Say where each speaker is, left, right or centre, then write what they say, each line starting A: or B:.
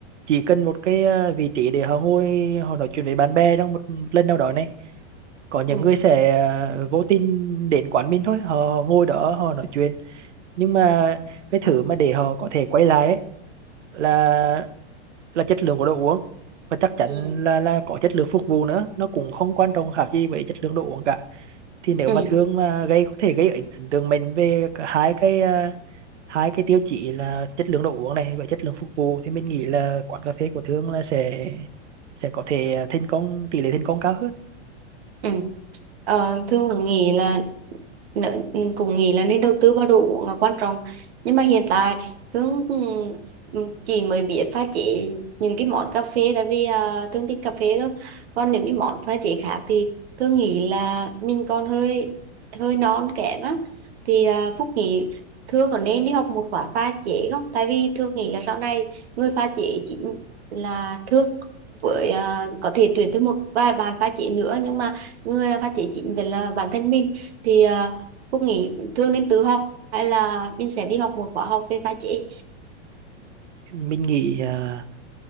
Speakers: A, on the right; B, on the right.
A: chỉ cần một cái ờ, vị trí để họ ngồi họ nói chuyện với bạn bè trong một, một lần nào đó này có những
B: ừ
A: người sẽ ờ, vô tình đến quán mình thôi họ ngồi đó họ nói chuyện nhưng mà cái thứ mà để họ có thể quay lại ấy, là là chất lượng của đồ uống và chắc chắn
B: ừ ừ
A: là là có chất lượng phục vụ nữa nó cũng không quan trọng khác gì với chất lượng đồ uống cả thì nếu
B: ừ.
A: mà thương mà gây có thể gây ấn ấn tượng mình về cả hai cái à, hai cái tiêu chí là chất lượng đồ uống này và chất lượng phục vụ thì mình nghĩ là quán cà phê của thương là sẽ sẽ có thể à, thành công tỷ lệ thành công cao hơn
B: Ừ. Ờ, Thương cũng nghĩ là nợ- ừ, cũng nghĩ là nên đầu tư vào đồ uống là quan trọng nhưng mà hiện tại Thương ừ, chỉ mới biết pha chế những cái món cà phê tại vì à, Thương thích cà phê thôi còn những cái món pha chế khác thì Thương nghĩ là mình còn hơi hơi non kém á thì à, Phúc nghĩ Thương có nên đi học một khóa pha chế không tại vì Thương nghĩ là sau này người pha chế chính là Thương với à, có thể tuyển thêm một vài bạn pha chế nữa nhưng mà người phát triển chính về là bản thân mình thì uh, Phúc nghĩ thường nên tự học hay là mình sẽ đi học một khóa học về pha chế
A: mình nghĩ à,